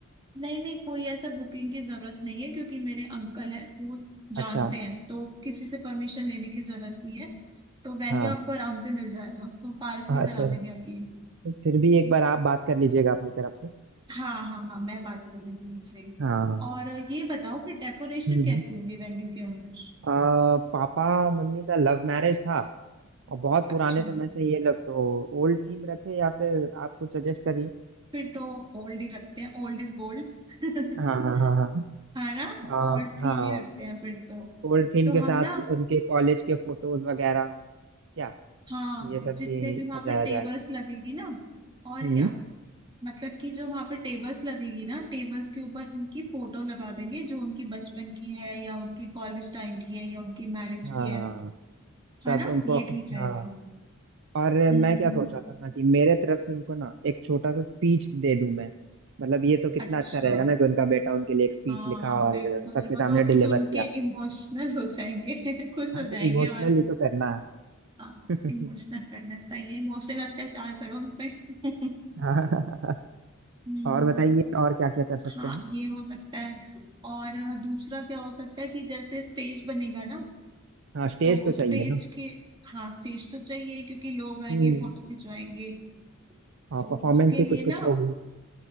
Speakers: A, on the right; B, on the right.
A: नहीं नहीं कोई ऐसा बुकिंग की जरूरत नहीं है क्योंकि मेरे अंकल हैं वो जानते
B: अच्छा
A: हैं तो किसी से परमिशन लेने की जरूरत नहीं है तो वेन्यू
B: हाँ
A: आपको आराम से मिल जाएगा तो पार्क
B: हाँ
A: में करा
B: सर
A: लेंगे हम ये
B: फिर भी एक बार आप बात कर लीजिएगा अपनी तरफ से
A: हाँ हाँ हाँ मैं बात कर रही हूँ उनसे
B: हाँ
A: और ये बताओ फिर डेकोरेशन
B: हम्म
A: कैसी होगी वेन्यू के अंदर
B: आ, पापा मम्मी का लव मैरिज था और बहुत पुराने
A: अच्छा
B: समय से ये लव तो ओल्ड थीम रखें या फिर आप कुछ सजेस्ट करिए
A: फिर तो ओल्ड ही रखते हैं ओल्ड इज गोल्ड <laughs>
B: हाँ हाँ हाँ हाँ
A: है ना ओल्ड
B: आ,
A: थीम
B: हाँ
A: ही रखते हैं फिर तो
B: ओल्ड थीम
A: तो
B: के साथ
A: हम ना
B: उनके कॉलेज के फोटोज वगैरह क्या
A: हाँ
B: ये सब
A: जितने
B: भी
A: भी वहां
B: सजाया
A: पे टेबल्स
B: जाएगा
A: लगेगी ना और
B: हम्म
A: क्या मतलब कि जो वहां पे टेबल्स लगेगी ना टेबल्स के ऊपर उनकी फोटो लगा देंगे जो उनकी बचपन की है या उनकी कॉलेज टाइम की है या उनकी मैरिज
B: हाँ
A: की है है
B: तब
A: ना
B: उनको
A: ये ठीक रहेगा
B: हाँ और
A: हम्म
B: मैं क्या सोच रहा था ना कि मेरे तरफ से उनको ना एक छोटा सा स्पीच दे दूं मैं मतलब ये तो कितना
A: अच्छा
B: अच्छा रहेगा ना कि उनका बेटा उनके लिए एक स्पीच
A: हाँ
B: लिखा और
A: बिल्कुल
B: सबके
A: वो
B: सामने
A: तो
B: डिलीवर
A: सुन
B: किया
A: के इमोशनल हो जाएंगे <laughs> खुश
B: हाँ
A: हो
B: तो
A: जाएंगे
B: इमोशनली
A: और
B: तो करना है
A: हाँ इमोशनल
B: <laughs>
A: करना सही है इमोशनल अत्याचार करो उन पे <laughs>
B: हाँ
A: हम्म
B: और बताइए और क्या क्या कर सकते
A: हाँ
B: हैं
A: ये हो सकता है और दूसरा क्या हो सकता है कि जैसे स्टेज बनेगा ना
B: हाँ स्टेज
A: तो
B: तो चाहिए
A: स्टेज
B: ना
A: के हाँ स्टेज तो चाहिए क्योंकि लोग आएंगे
B: हम्म
A: फोटो खिंचवाएंगे
B: हाँ
A: तो
B: परफॉर्मेंस
A: उसके
B: भी
A: लिए
B: कुछ
A: ना
B: कुछ होगी